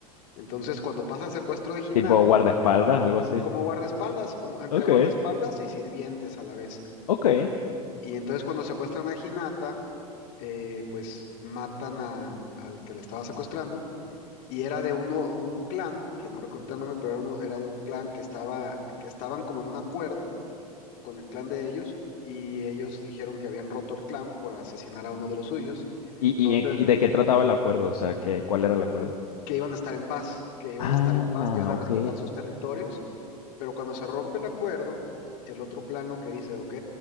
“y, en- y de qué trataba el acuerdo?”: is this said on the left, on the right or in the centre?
Left